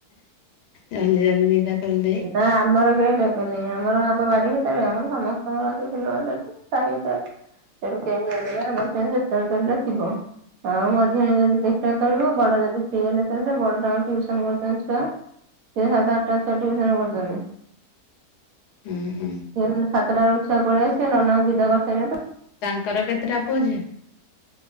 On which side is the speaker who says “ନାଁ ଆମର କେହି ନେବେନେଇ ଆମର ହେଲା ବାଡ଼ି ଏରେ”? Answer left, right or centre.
Right